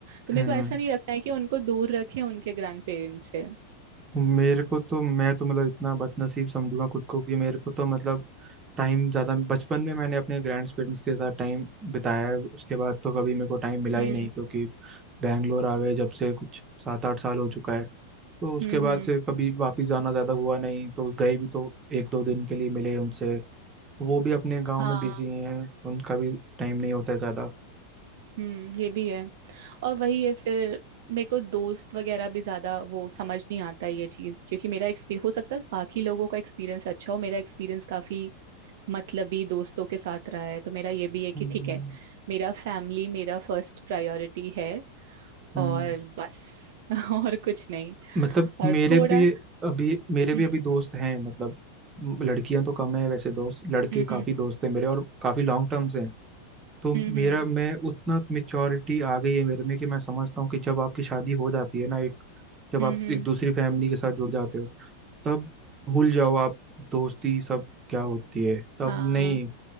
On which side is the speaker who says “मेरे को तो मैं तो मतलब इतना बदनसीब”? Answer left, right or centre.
Right